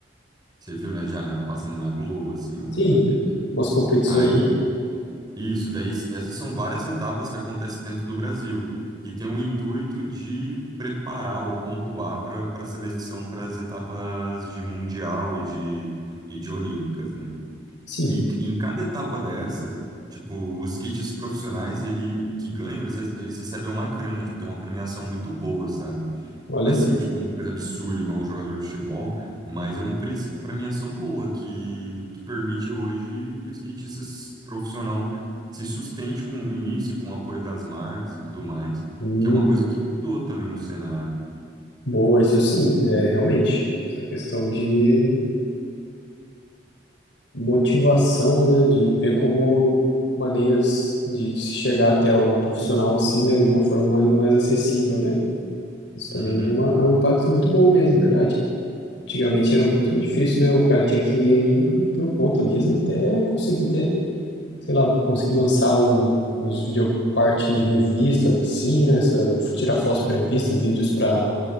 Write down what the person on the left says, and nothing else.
Sim,
umas competições,
né?
Sim,
olha.
Hum,
boa, isso sim, é, realmente. Essa questão de motivação, né? De ver como maneiras de, de se chegar até o profissional, assim, né? De uma forma mais, mais acessível, né? Isso também
é, uma, é um impacto muito bom mesmo, verdade. Antigamente era muito difícil, né? O cara tinha que ir por conta mesmo, até conseguir ter, sei lá, conseguir lançar um, uns videopart em revistas, assim, né? Essa, tirar fotos para revista, vídeos para